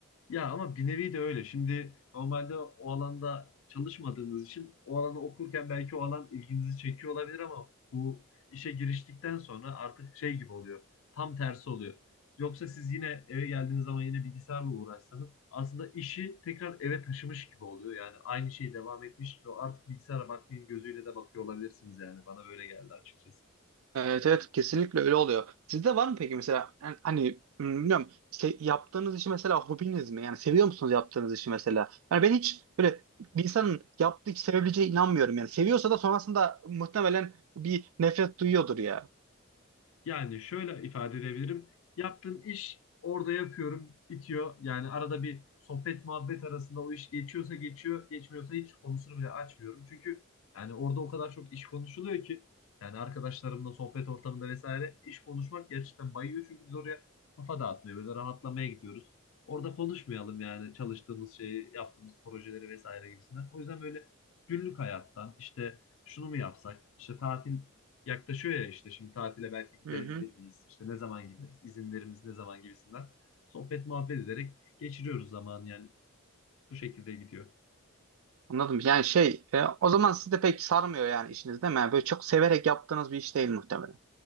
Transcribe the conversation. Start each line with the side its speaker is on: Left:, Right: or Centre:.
Left: Ya ama bir nevi de öyle. Şimdi normalde o alanda çalışmadığınız için o alanı okurken belki o alan ilginizi çekiyor olabilir ama bu işe giriştikten sonra artık şey gibi oluyor. Tam tersi oluyor. Yoksa siz yine eve geldiğiniz zaman yine bilgisayarla uğraşsanız aslında işi tekrar eve taşımış gibi oluyor. Yani aynı şey devam etmiş gibi artık bilgisayara bakmayın gözüyle de bakıyor olabilirsiniz yani. Bana böyle geldi açıkçası.
Right: Evet evet kesinlikle öyle oluyor. Sizde var mı peki mesela yani hani hmm, bilmiyorum se- yaptığınız işi mesela hobiniz mi? Yani seviyor musunuz yaptığınız işi mesela? Yani ben hiç böyle bir insanın yaptığı işi sevebileceğine inanmıyorum yani. Seviyorsa da sonrasında muhtemelen bir nefret duyuyordur ya.
Left: Yani şöyle ifade edebilirim. Yaptığım iş orada yapıyorum, bitiyor. Yani arada bir sohbet muhabbet arasında o iş geçiyorsa geçiyor, geçmiyorsa hiç konusunu bile açmıyorum. Çünkü yani orada o kadar çok iş konuşuluyor ki yani arkadaşlarımla sohbet ortamında vesaire iş konuşmak gerçekten bayıyor. Çünkü biz oraya kafa dağıtmaya, böyle rahatlamaya gidiyoruz. Orada konuşmayalım yani çalıştığımız şeyi, yaptığımız projeleri vesaire gibisinden. O yüzden böyle günlük hayattan işte şunu mu yapsak, işte tatil yaklaşıyor ya işte şimdi tatile belki gidebilir
Right: Hı hı.
Left: miyiz? İşte ne zaman gideriz? İzinlerimiz ne zaman gibisinden. Sohbet muhabbet ederek geçiriyoruz zamanı yani bu şekilde gidiyor.
Right: Anladım. Yani şey e, o zaman sizi de pek sarmıyor yani işiniz değil mi? Yani böyle çok severek yaptığınız bir iş değil muhtemelen.